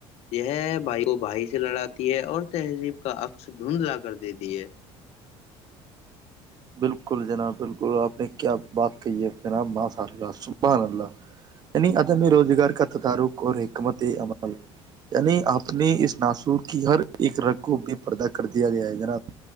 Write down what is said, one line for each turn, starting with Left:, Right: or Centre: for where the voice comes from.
Left: یہ بھائی کو بھائی سے لڑاتی ہے اور تہذیب کا عکس دھندلا کر دیتی ہے
Right: بالکل جناب بالکل آپ نے کیا بات کہی ہے جناب ماںات سبحن اللہ یعنی عدم روزگار کا تعارک اور حکمت عمل یعنی اپنے اس ناسور کی ہر ایک رگ کو بے پردا کر دیا گیا ہے نا